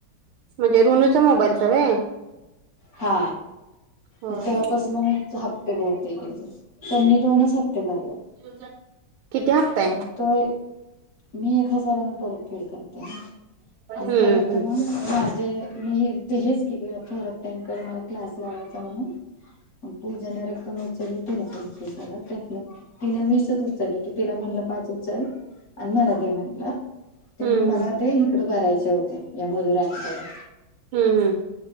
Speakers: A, on the right; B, on the left.
A: म्हणजे रुनूचा मोबाईलच होय?
B: हा
A: होय
B: तेव्हापास मगच हप्ते भरते त्याचे. त्यांनी दोनच हप्ते भरल्यात.
A: जून झालं. किती हप्ता आहे?
B: मग तोय मी एक हजारने परतफेड करते ना. आणि
A: हम्म
B: परत
A: हम्म
B: मग
A: हम्म
B: घ म्हे मी ते हेच क पररकडे मला क्लास लावायचा म्हणून. पूजाने रक्कम उचलली तिने पंचवीस हजार त्यात तिन वीसच उचलली की तिला म्ह पाच उचल आणि मला दे म्हटलं. ते
A: हम्म
B: मी मला ते इकड भरायचे होते या मधुराणीकड.
A: हम्म हम्म.